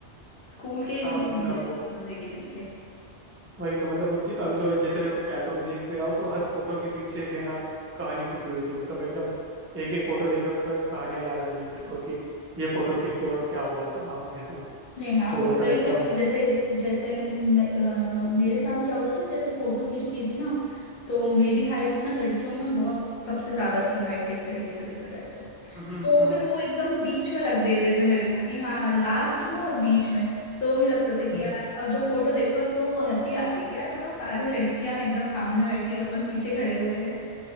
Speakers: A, on the left (about 55°); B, on the right (about 20°).
A: स्कूल के इन-
B: हाँ मतलब
A: मजे के दिन थे
B: वही तो मतलब उद्दि- अभी जो जैसे मैं एल्बम देख भी रहा हूँ तो हर फोटो के पीछे एक है ना कहानी छुपी हुई थी मतलब एकदम एक एक फोटो देख रहा हूँ तो कहानियां याद आ रही है मेरे को कि ये फोटो खींचते वक्त क्या हुआ था ये सब
A: नहीं हाँ
B: तो
A: होता
B: मतलब
A: ही
B: एकदम
A: है अब जैसे जैसे मैं, अ, मेरे साथ क्या होता था जैसे फोटो खींचती थी ना तो मेरी हाइट ना लड़कियों में बहुत सबसे ज्यादा थी हाइट एक तरीके से देखा जाए तो
B: हम्म,
A: तो
B: हम्म,
A: फिर वो एकदम बीच में रख देते थे मेरे को कि हाँ लास्ट में और बीच में तो भी लगता था कि
B: हम्म,
A: यार
B: हम्म,
A: अब जब फोटो देखो ना तो वो हंसी आती कि यार बताओ सारी लड़कियां एकदम सामने बैठी हैं, अपन पीछे खड़े हुए हैं